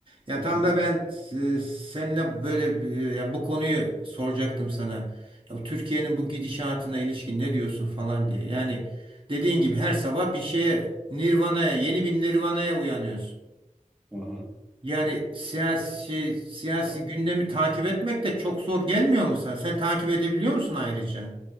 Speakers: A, on the right (about 40°); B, in the centre.
A: Ya
B: hı.
A: tam da ben e, seninle böyle bir- yani bu konuyu soracaktım sana. Ya bu Türkiye'nin bu gidişatına ilişkin ne diyorsun falan diye. Yani dediğin gibi her sabah bir şeye Nirvana'ya, yeni bir Nirvana'ya uyanıyorsun.
B: Hı
A: Yani siyasi şey, siyasi
B: hı.
A: gündemi takip etmek de çok zor gelmiyor mu sen? Sen takip edebiliyor musun ayrıca?